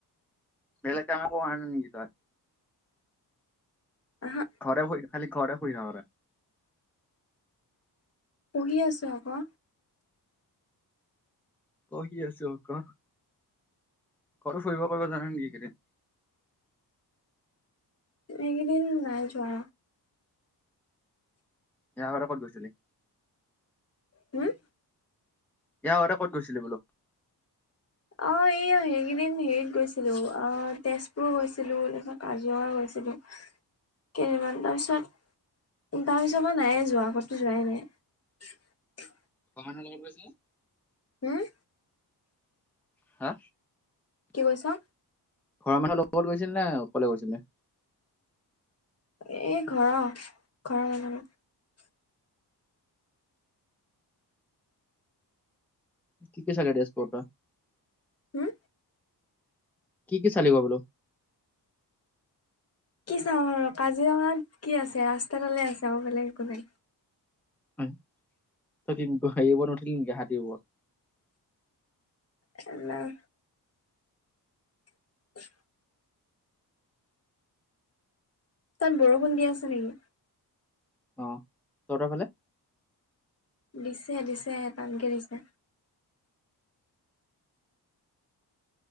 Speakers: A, in the centre; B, on the left.
A: বেলেগ কাম একো কৰা নাই নিকি তই।
B: আহা
A: ঘৰতে শুই খালি ঘৰতে শুই থাক তই
B: পঢ়ি আছো আকৌ।
A: পঢ়ি আছো ক কতো ফুৰিব কৰিব যোৱা নাই নেকি এইকেইদিন?
B: এইকেইদিন নাই যোৱা।
A: এবাৰ ক'ত গৈছিলি?
B: হম
A: ইয়াৰ আগতে ক'ত গৈছিলি বোলো।
B: অঁ এইয়া সেইকেইদিন হেৰিত গৈছিলোঁ আ' তেজপুৰ গৈছিলোঁ তাৰপাছত কাজিৰঙা গৈছিলোঁ।
A: <inaudible>
B: কেইদিনমান পিছত তাৰ পিছৰ পৰা নাই যোৱা আগতো যোৱাই নাই।
A: ঘৰৰমানুহ লগত গৈছেনে?
B: হম
A: হা!
B: কি কৈছা।
A: ঘৰৰ মানুহ লগত গৈছিল নে অকলে গৈছিলি?
B: এ ঘৰ ঘৰৰ মানুহৰ
A: <unintelligible>
B: হুম
A: কি কি চালিব বোলো?
B: কি চাওঁ আৰু কাজিৰঙাত কি আছে ৰাস্তাডালে আছে আৰু বেলেগ একো নাই।
A: হয়, তই হেৰি উপৰত নুঠিলি নেকি হাতীৰ উপৰত।
B: এ নাই <unintelligible> তাত বৰষুণ দিয়া আছে নেকি?
A: অ, তহঁতৰ ফালে
B: দিছে দিছে টানকে দিছে।